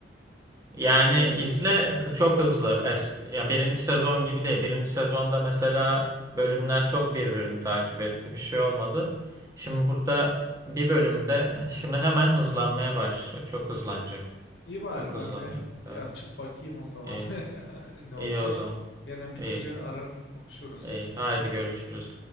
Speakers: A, on the right; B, on the left.
A: Yani
B: öyle diyorsun.
A: izle hı- çok hızlı. Eski, yani birinci sezon gibi değil. Birinci sezonda mesela bölümler çok birbirini takip etti. Bir şey olmadı. Şimdi burada bir bölümde şimdi hemen hızlanmaya başlayacak. Çok
B: Hmm.
A: hızlanacak.
B: İyi bari
A: Çok
B: ben
A: hızlanıyor.
B: de bir
A: Evet.
B: açıp bakayım o zaman
A: İyi.
B: <laughs> ne olacak.
A: İyi o zaman.
B: Gene bitince
A: İyi.
B: ararım konuşuruz.
A: İyi. Haydi görüşürüz.